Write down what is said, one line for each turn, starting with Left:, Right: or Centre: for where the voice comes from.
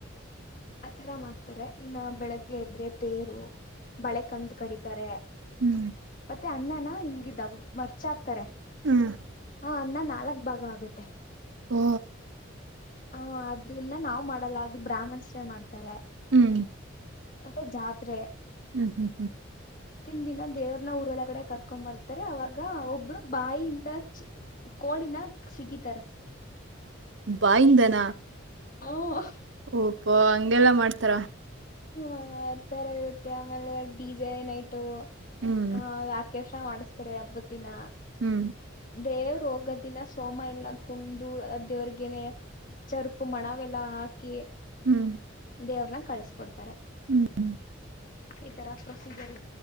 Left: ಆ ತರ ಮಾಡ್ತಾರೆ ಇನ್ನ ಬೆಳಗ್ಗೆ ಇದ್ರೆ ತೇರು ಬಳೆ ಕಂದ ಕಡಿತ ತರ
Right: ಹ್ಮ್
Left: ಮತ್ತೆ ಅನ್ನನ ಹಿಂಗ ಇದ ಮರ್ಚ ಹಾಕ್ತಾರೆ
Right: ಹ್ಮ್
Left: ಹಾ ಅನ್ನ ನಾಲ್ಕ್ ಭಾಗ ಆಗುತ್ತೆ
Right: ಹ
Left: ಹ ಅದನ್ನ ನಾವ್ ಮಾಡಲ್ಲ ಅದು ಬ್ರಾಹ್ಮಣಶ್ರ್ ಮಾಡ್ತಾರೆ
Right: ಹ್ಮ್
Left: ಮತ್ತೆ ಜಾತ್ರೆ
Right: ಹೂಂ
Left: ಅಂದ್ರೆ ದೇವರು ನಾ ಅವರು ಒಳಗಡೆ ಕರ್ಕೊಂಡು ಬರ್ತಾರೆ ಆವಾಗ ಒಬ್ರು ಬಾಯಿಯಿಂದ ಕೊಲ್ ನಾ ಸಿಗಿತಾರೆ.
Right: ಬಾಯಿಂದಾನ
Left: <unintelligible>
Right: ಯಪ್ಪ ಅಂಗೆಲ್ಲ ಮಾಡ್ತಾರ.
Left: ಹಾ ಆತರ ಪ್ಲಾನ್ ಎಲ್ಲಾ ಬಿ ಜೋಯ್ನ್ ಆಯ್ತು
Right: ಹ್ಮ್
Left: ಹೂಂ ಪ್ರಶ ಮಾಡಿಸ್ತಿರ ಯಾರ್ಬಿಟ್ಟಿನ
Right: ಹ್ಮ್ಮ್
Left: ದೇವರು ಹೋಗೋದನ್ನ ಸೋಮ ಎಲ್ಲಾ ಕುಂದು ಆ ದೇವರ್ಗೆನೆ. ಸರಿ ಮನೆಗೆ ಬಾಕಿ
Right: ಹ್ಮಮ್
Left: ದೇವರ್ನ ಕಳಸಕೊಡ್ತಾರೆ.
Right: ಹ್ಮಮ್
Left: ಇತರ ಪ್ರೋಸಿಜರ್